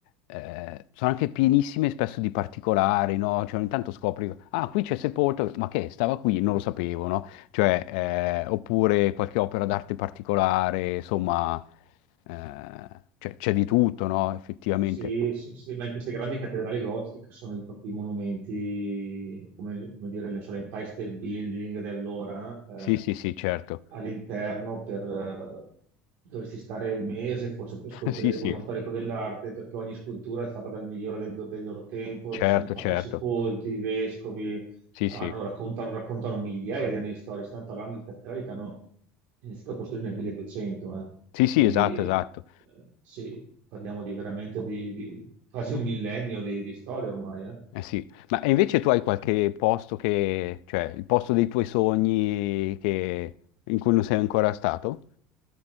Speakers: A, on the left; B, on the right.
A: eh, sono anche pienissime spesso di particolari, no? Cioè, ogni tanto scopri, ah, qui c'è sepolto, ma che, stava qui, non lo sapevo, no? Cioè, eh, oppure qualche opera d'arte particolare, insomma, eh, cioè, c'è di tutto, no? Effettivamente.
B: Sì, sì, sì, ma in queste grandi cattedrali gotiche che sono i propri monumenti, come, come dire, non so, l'Empire State Building di allora, eh,
A: Sì, sì, sì, certo.
B: all'interno per, eh, dovresti stare un mese forse per
A: <laughs>
B: scoprire
A: Sì, sì.
B: con uno storico dell'arte, perché ogni scultura è fatta dal migliore del, del loro tempo,
A: Certo,
B: ci sono i papi
A: certo.
B: sepolti, i vescovi,
A: Sì,
B: Fanno-
A: sì.
B: raccontano, raccontano migliaia di anni di storia. Stiamo parlando di cattedrali che hanno iniziato a costruire nel 1200, eh.
A: Sì, sì,
B: Quindi
A: esatto, esatto.
B: eh, sì, parliamo di veramente di, di quasi un millennio di, di storia ormai. eh.
A: Eh sì. Ma e invece tu hai qualche posto che, cioè il posto dei tuoi sogni che- in cui non sei ancora stato?